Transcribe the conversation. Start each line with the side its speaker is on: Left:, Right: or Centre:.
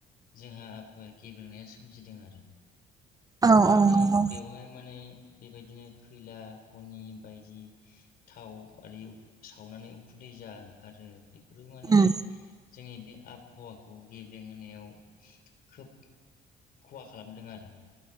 Left: जोंहा बै गेब्रेंनाया सोमजिदों आरो।
Right: औ औ
Left: दा
Right: नंगौ
Left: बेवहाय माने बेबायदिनो खैला खनि बायदि थाव आरि सावनानै उखुन्दै जा ओंखारो बे फोरो
Right: उम
Left: माने जोंनि बे आबहावाखौ गेब्रेंहोनायाव खोब खहा खालामदों आरो।